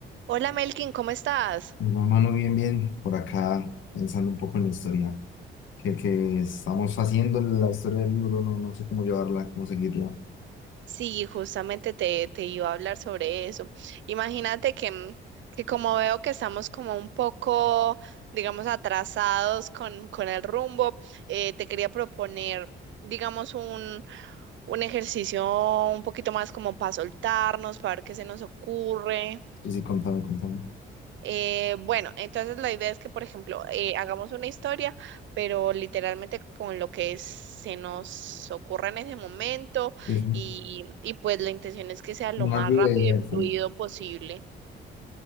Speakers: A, on the right (about 70°); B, on the left (about 75°).
A: Hola Melkin, ¿cómo estás?
B: No, mano, bien, bien. Por acá, pensando un poco en la historia que, que estamos haciendo, la historia del libro, no, no sé cómo llevarla, cómo seguirla.
A: Sí, justamente te, te iba a hablar sobre eso. Imagínate que, mm, que como veo que estamos como un poco, digamos, atrasados con, con el rumbo, eh, te quería proponer, digamos, un, un ejercicio un poquito más como para soltarnos, para ver qué se nos ocurre.
B: Sí, sí, contame, contame.
A: Eh, bueno, entonces la idea es que, por ejemplo, eh, hagamos una historia, pero literalmente con lo que se nos ocurra en ese momento
B: Sí, sí.
A: y, y pues la intención es que sea lo
B: Una
A: más
B: lluvia
A: rápido
B: de ideas
A: y
B: también.
A: fluido posible.